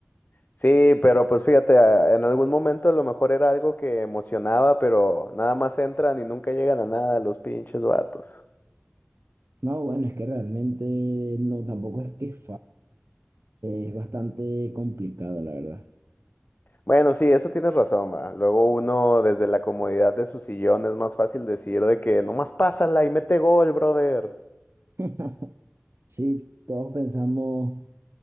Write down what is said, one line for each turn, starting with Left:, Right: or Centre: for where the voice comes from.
Left: Sí, pero pues fíjate, a- en algún momento a lo mejor era algo que emocionaba, pero nada más entran y nunca llegan a nada los pinches vatos.
Right: No, bueno, es que realmente no, tampoco es que es fácil, es bastante complicado, la verdad.
Left: Bueno, sí, eso tienes razón, va. Luego uno desde la comodidad de su sillón es más fácil decir de que nomás pásala y mete gol, brother.
Right: <laughs> Sí, todos pensamos